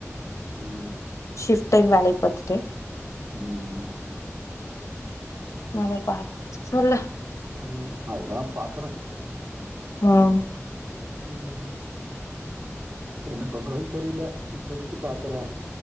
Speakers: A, on the right; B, on the left.
A: ம்,
B: ஷிஃப்ட் டைம் வேலைய பார்த்துட்டு
A: ம்,
B: நாங்க பாத்து சொல்ல
A: உம் அதுதான் பாக்குறேன்
B: உஹம்
A: உஹம் என்ன பண்றோன்னு தெரில இப்போதைக்கு பாக்குறேன்